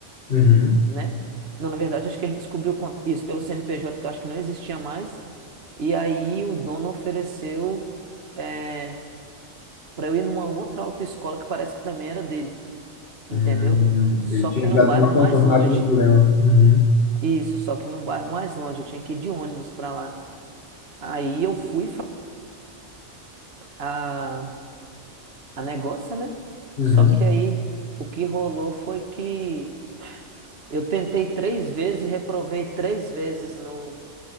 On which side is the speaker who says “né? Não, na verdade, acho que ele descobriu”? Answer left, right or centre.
Right